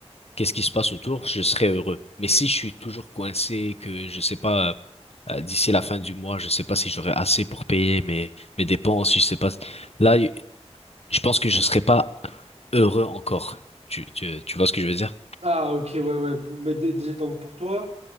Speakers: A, on the left; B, on the right.
A: qu'est-ce qui se passe autour, je serai heureux. Mais si je suis toujours coincé, que je sais pas, euh, d'ici la fin du mois, je sais pas si j'aurai assez pour payer mes, mes dépenses, je sais pas. Là, y- je pense que je serai pas heureux encore. Tu, tu, tu vois ce que je veux dire?
B: Ah, ok, ouais, ouais. Mais dé- déjà, donc pour toi,